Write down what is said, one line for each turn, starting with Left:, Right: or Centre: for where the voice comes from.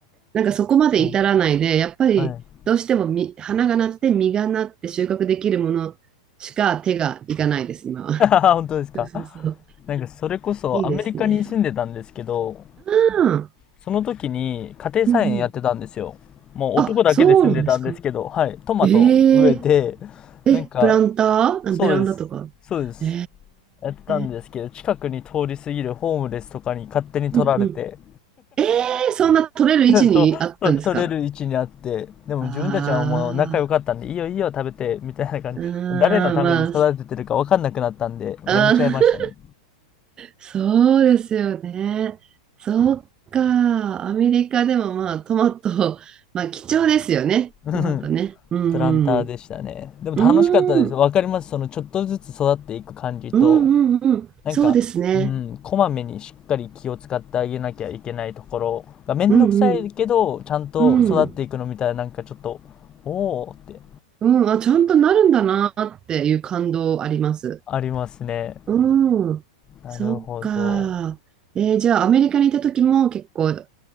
Right: なんかそこまで至らないで、
Left: はい。
Right: やっぱりどうしてもみ花がなって実がなって収穫できるものしか手がいかないです、
Left: はい。<laughs>
Right: 今は。
Left: 本当ですか。
Right: <laughs> そうそうそう。
Left: なんか、それこそアメリカに住んでたんですけど、
Right: いいですね。うん。
Left: その時に家庭菜園やってたんですよ。
Right: うんうん。
Left: もう男だけで住んでたんですけど、
Right: あ、そうなんですか。
Left: はい。トマト植えて、
Right: えええ、
Left: なんか、
Right: プランターあベランダとか。
Left: そうです。そうです。
Right: え
Left: やってたんですけど、
Right: え
Left: 近くに通り過ぎるホームレスとかに勝手に取られて、
Right: うんうん。ええそんな取れる位置にあったんですか。
Left: <laughs> そう、そう取れる位置にあって、でも自分たちはもう仲良かったんで、
Right: あ
Left: いいよいいよ食べて、みたいな感じ。
Right: あー、うーん、
Left: 誰のために育ててるか分かんなくなったんで、
Right: まあ、あー
Left: やめちゃいましたね。
Right: そうですよね。そっか。アメリカでもまあトマト、<laughs> まあ貴重ですよね。
Left: <laughs> うん
Right: トマトね。うん。
Left: プランターでしたね。でも楽しかったです。
Right: うん。うーん
Left: わかります。そのちょっとずつ育っていく感じと、
Right: うんうん。うんそうですね。
Left: なんか、うん、こまめにしっかり気を使ってあげなきゃいけないところがめんどくさいけど、
Right: うんうん。
Left: ちゃんと育っていくのみたいな、
Right: うん。
Left: なんかちょっと、おーって
Right: うん。あ、ちゃんとなるんだなっていう感動あります。
Left: ありますね。
Right: うん。
Left: なるほど。
Right: そっか。えーじゃあアメリカにいた時も結構